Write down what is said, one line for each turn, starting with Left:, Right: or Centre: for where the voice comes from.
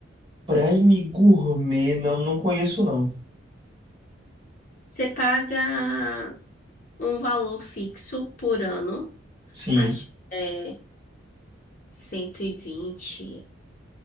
Right: Prime Gourmet, não, não conheço não.
Left: Você paga um valor fixo por ano,
Right: Sim,
Left: acho que é 120,